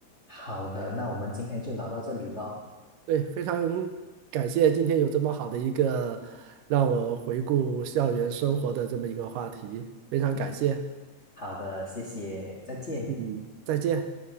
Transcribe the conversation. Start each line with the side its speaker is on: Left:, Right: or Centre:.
Left: 好的，那我们今天就聊到这里咯。
Right: 对，非常感谢今天有这么好的一个让我回顾校园生活的这么一个话题，非常感谢。
Left: 嗯，好的，谢谢，再见。
Right: 嗯，再见。